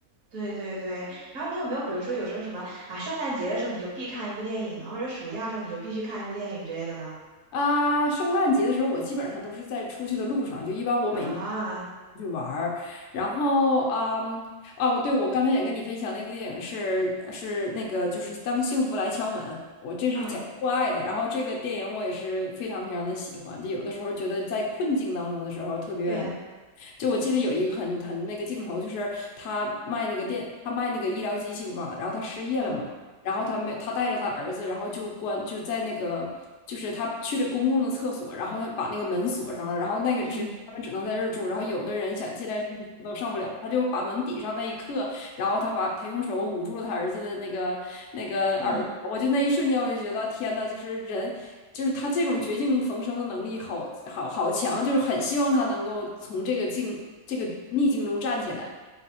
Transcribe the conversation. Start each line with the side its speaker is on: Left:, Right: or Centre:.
Right: 对对对。然后你有没有，比如说有什么什么啊，圣诞节的时候你就必看一部电影呢，或者暑假的时候你就必须看一部电影之类的呢？
Left: 啊，圣诞节的时候，我基本上都是在出去的路上，就一般我每年
Right: 啊，
Left: 出去玩儿。然后啊，嗯，哦，我对，我刚才也跟你分享那部电影是是那个就是《当幸福来敲门》，我这是讲父爱的。
Right: 嗯，
Left: 然后这个电影我也是非常非常的喜欢，就有的时候觉得在困境当中的时候特别愿意。
Right: 对，
Left: 就我记得有一个很很那个镜头，就是他卖那个电，他卖那个医疗机器嘛，然后他失业了嘛。
Right: 嗯
Left: 然后他没，他带着他儿子，然后就关就在那个就是他去了公共的厕所，然后他把那个门锁上了，然后那个只他们只能在这儿住，
Right: 嗯。
Left: 然后有的人想进来上厕所都上不了，他就把门抵上那一刻，然后他把他用手捂住了他儿子的那个那个耳朵，
Right: 嗯，
Left: 我就那一瞬间我就觉得天呐，就是人。就是他这种绝境逢生的能力好好好强，就是很希望他能够从这个境这个逆境中站起来。